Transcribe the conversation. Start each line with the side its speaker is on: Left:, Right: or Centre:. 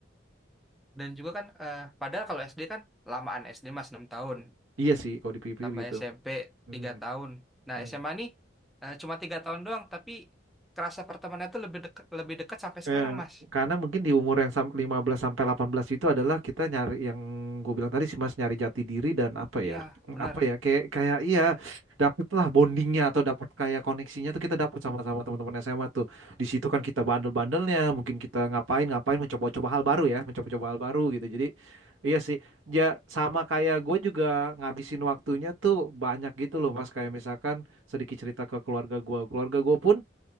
Centre: Dan juga kan, eh, padahal kalau SD kan lamaan SD Mas 6 tahun,
Right: iya sih kalau dipikir
Centre: tambah
Right: gitu
Centre: SMP
Right: hmm.
Centre: 3 tahun. Nah
Right: hmm.
Centre: SMA nih eh, cuma tiga tahun doang, tapi kerasa pertemanannya tuh lebih dekat lebih dekat sampai
Right: Ya,
Centre: sekarang Mas.
Right: karena mungkin di umur yang sam- 15 sampai 18 itu adalah kita nyari yang gue bilang tadi sih Mas nyari jati diri dan apa ya?
Centre: Iya,
Right: Apa
Centre: benar.
Right: ya? Kayak kayak iya dapatlah bondingnya atau dapat kayak koneksinya tuh kita dapat sama-sama teman-teman SMA tuh. Di situ kan kita bandel-bandelnya, mungkin kita ngapain-ngapain mencoba-coba hal baru ya, mencoba-coba hal baru gitu. Jadi iya sih. Ya sama kayak gue juga ngabisin waktunya tuh banyak gitu loh Mas kayak misalkan sedikit cerita ke keluarga gue. Keluarga gue pun